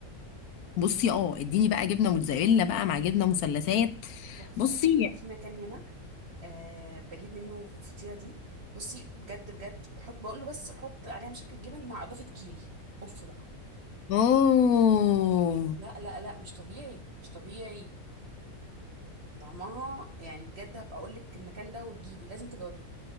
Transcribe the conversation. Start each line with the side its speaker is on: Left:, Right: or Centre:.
Left: بصي اه اديني بقى جبنه موتزاريلا بقى مع جبنه مثلثات
Right: تحفه
Left: بصي
Right: تحفه في مكان هنا أه بجيب منه الفطيره دي بصي بجد بجد بحط بقول له بس حط عليها مشكل جبن مع اضافه كيري اوف بقى
Left: اوه
Right: لا لا لا مش طبيعي مش طبيعي طعمها يعني بجد هبقى اقول لك المكان ده وتجيبي لازم تجاوبيه